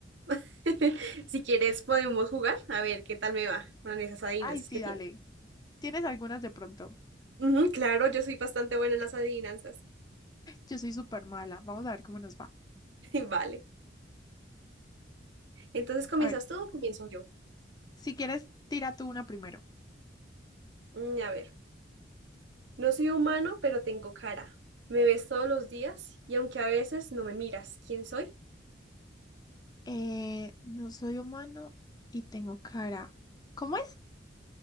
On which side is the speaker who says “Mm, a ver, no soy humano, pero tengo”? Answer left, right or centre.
Right